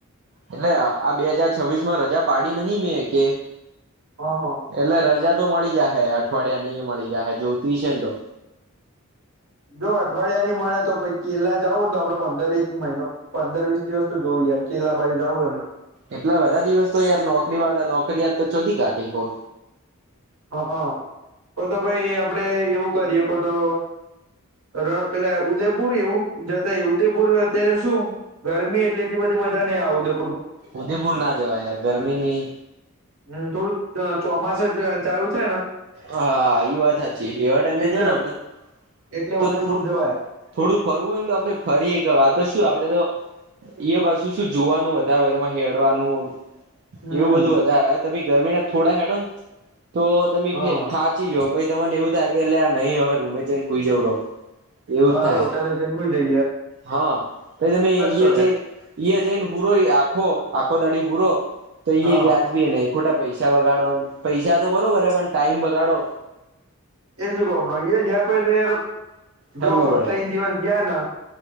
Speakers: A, on the right; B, on the right.
A: એટલે આ બે હજાર છવ્વીસમાં રજા પાડી નહિ મે એકેય.
B: હા હા
A: એટલે રજા તો મળી જાહે અઠવાડિયાનીય મળી જાહે જોતી હશે ને તો.
B: જો અઠવાડિયાની મળે તો પહી કેરલા જાવું ન તો આપડે પંદર એક મહિનો પંદર-વીસ દિવસ તો જોય યાર કેરલા બાજુ જાવું એ નો.
A: એટલા બધા દિવસ તો યાર નોકરીવાળા નોકરી યાત તો ચોધી કાઢે ઈવો
B: હન, હન કો તો પહી આપડે એવું કરીએ કો તો ર પેલા ઉદયપુર એવું જતાય. ઉદયપુર અત્યારે શું ગરમી એટલે એટલી બધી મજા નઈ આવે ઉદય
A: ઉદેપુર ના જવાય યાર ગરમીની
B: હમ થોડું ચોમાસ જ ચાલુ છે
A: હા એ વાત સાચી એવા ટાઈમે
B: એટલે
A: જ ને આપડે
B: એટલે
A: તો
B: ઉદયપુર
A: થોડું
B: જવાય
A: ફરવું હોયને તો આપડણે ફરીએ ક આ તો શું આપડે તો એ પાછુ શું જોવાનું વધારે બામાં હેડવાનું
B: હમ
A: એવું બધું વધારે તમે ગરમી ના થોડા હેડો ને તો તમે
B: હા
A: ખાંચી જ પાઈ તમને એવું થાય કે એટલે આ નહી હવે રૂમે જઈને ખઈ જવું રહો એવું
B: હા
A: જ થાય
B: હવે હોટેલે જઈને હોય જાય
A: હા પ તમે જ
B: ચડે
A: જઈને હુરો આખો ઓ દાડી હુરો તો
B: હા
A: એ વ્યાજ બી અને કુટા પૈસા બગાડો પૈસા તો બરોબર હ પણ ટાઈમ બગાડો
B: એ શું કનું એ જયા પ તો યાર
A: ફરવું
B: જો
A: પડે
B: ત્રન દિવસ જયા ને